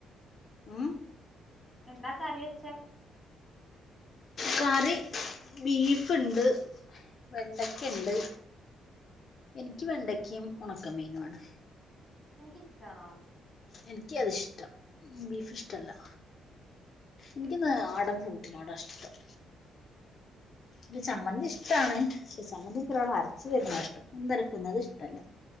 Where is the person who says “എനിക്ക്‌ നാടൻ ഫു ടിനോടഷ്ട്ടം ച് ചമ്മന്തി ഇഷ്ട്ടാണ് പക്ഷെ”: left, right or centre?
Left